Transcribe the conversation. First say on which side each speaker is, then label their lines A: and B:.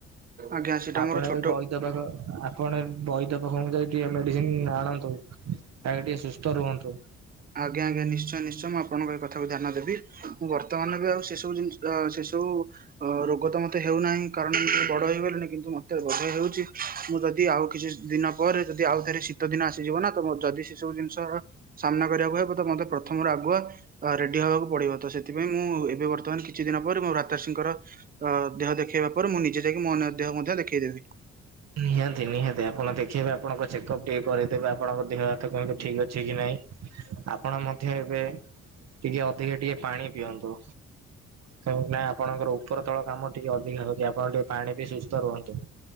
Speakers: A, on the right (about 30°); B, on the right (about 60°).
A: ଆଜ୍ଞା ସେଇଟା
B: ଆପଣ
A: ମୋର ଛୋଟ
B: ବହିଦବାଖ। କଣେ ବୈଦ ପାଖଙ୍କୁ ଯଦ ଟିକେ ମେଡିସିନ ଆଣନ୍ତୁ ଖାକ ଟିକେ ସୁସ୍ଥ ରୁହନ୍ତୁ।
A: ଆଜ୍ଞା ଆ୍ଞା ନିଶ୍ଚୟଶ୍ଚ ମୁଁପଣଙ୍କ ଏ କଥାକୁ ଧ୍ୟାନ ଦେବି। ମୁଁ ବର୍ତ୍ତମାନ ବି ଆଉ ସେ ସବୁ ଜିନିଷ ସେ ସବୁ ରୋଗ ତମ ମୋତେ ହେଉନାହିଁ କାରଣ ମୁଁେ ବଡ଼ ହୋଇଗଲେଣି କିନ୍ତୁ ମୋତେ ବୋ ହେଉଛି ମୁଁ ଯଦି ଆଉ କିଛି ଦିନ। ପରେ ଯଦି ଆଉଥରେ ଶୀତ ଦିନ ଆସିଯିବ ନା ତ ଯଦି ସେ ସବୁ ଜିନିଷର ସାମ୍ନା କରିବାକୁ ହୁବ ତ ମତେ ପ୍ରଥମରୁ ଆଗୁଆ ରେଡି ହବାକୁ ପଡିବ ତ ସେଥିପାଇଁ ମୁଁ ଏବେ ବର୍ତ୍ତମାନ କିଛି ଦିନ ପରେ ମୋ ରାତାଷିଙ୍କର। ଅ ଦେହ ଦେଖେଇବା ପରେ ମୁଁ ନିଜେ ଯାଇକି ମନ ଦେହ ମଧ୍ୟ ଦେଖେଇ ଦେବି।
B: ନିହାତି ନିହାତି ଆପଣ ଦେଖେଇବେ ଆପଣଙ୍କ ଚେକଅପ୍ ଟିକେ କରିଦେବେ ଆପଣଙ୍କ ଦେହ ହାତ କେମିତି ଠିକ୍ ଅଛି କି ନାଇଁ। ଆପଣ ମଧ୍ୟ ଏବେ ଟିକେ ଅଧିକା ଟିକେ ପାଣି ପିଅନ୍ତୁ। କାହିଁକି ନା ଆପଣଙ୍କର ଉପର ତଳ କାମ ଟିକେ ଅଧିକା ହଉଛି ଆପଣ ଟିକେ ପାଣି ପିଇ ସୁସ୍ଥ ରୁହନ୍ତୁ।